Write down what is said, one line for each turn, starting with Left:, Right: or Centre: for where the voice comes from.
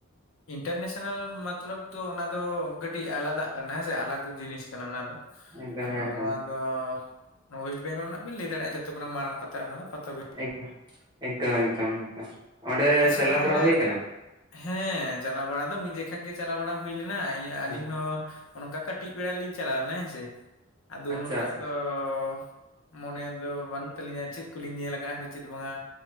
Left: ᱤᱱᱴᱟᱨᱱᱮᱥᱱᱮᱞ ᱢᱚᱛᱞᱚᱵ ᱫᱚ ᱚᱱᱟ ᱫᱚ ᱠᱟᱹᱴᱤᱡ ᱟᱞᱟᱫᱟᱜ ᱠᱟᱱᱟ ᱦᱮᱸᱥᱮ ᱟᱞᱟᱫᱟ ᱡᱤᱱᱤᱥ ᱠᱟᱱᱟ ᱚᱱᱟ ᱫᱚ
Right: ᱮᱠᱫᱚᱢ
Left: ᱟᱫᱚ
Right: ᱦᱮᱸ ᱦᱮᱸ
Left: ᱱᱚᱣᱟ ᱟᱫᱚ ᱱᱟᱣᱟ ᱚᱭᱮᱥᱴ ᱵᱮᱝᱜᱚᱞ ᱨᱮᱱᱟᱜ ᱵᱤᱱ ᱞᱟᱹᱭ ᱫᱟᱲᱮᱭᱟᱜᱼᱟ ᱡᱚᱛᱚ ᱠᱷᱚᱱᱟᱜ ᱢᱟᱨᱟᱝ ᱯᱟᱛᱟ ᱚᱱᱟ ᱯᱟᱛ <inaudible>
Right: ᱮᱠᱫᱚᱢ ᱮᱠᱫᱚᱢ ᱮᱠᱫᱚᱢ ᱮᱠᱫᱚᱢ ᱚᱸᱰᱮ
Left: ᱟᱪᱪᱷᱟ
Right: ᱪᱟᱞᱟᱣ
Left: ᱛᱟᱦᱟᱞᱮ
Right: ᱵᱟᱲᱟ ᱦᱩᱭ ᱟᱠᱟᱱᱟ
Left: ᱦᱮᱸ ᱪᱟᱞᱟᱣ ᱵᱟᱲᱟ ᱫᱚ ᱢᱤᱫ ᱡᱮᱠᱷᱟ ᱜᱮ ᱪᱟᱞᱟᱣ ᱵᱟᱲᱟ ᱦᱩᱭ ᱞᱮᱱᱟ ᱟᱹᱞᱤᱧ
Right: ᱦᱮᱸ
Left: ᱦᱚᱸ ᱾ ᱚ ᱱᱚᱝᱠᱟ ᱠᱟᱹᱴᱤᱡ ᱵᱮᱲᱟ ᱨᱮ ᱞᱤᱧ ᱪᱟᱞᱟᱣ ᱞᱮᱱᱟ ᱦᱮᱸᱥᱮ ᱟᱫᱚ
Right: ᱟᱪᱪᱷᱟ
Left: ᱩᱱᱟᱹᱜᱴᱟᱜ
Right: ᱟᱪᱪᱷᱟ
Left: ᱫᱚ ᱾ ᱢᱚᱱᱮ ᱫᱚ ᱵᱟᱹᱱᱩᱜ ᱛᱟᱹᱟᱞᱤᱧᱟ ᱪᱮᱫ ᱠᱚᱞᱤᱧ ᱧᱮᱞ ᱟᱠᱟᱜᱼᱟ ᱥᱮ ᱪᱮᱫ ᱵᱟᱝᱟ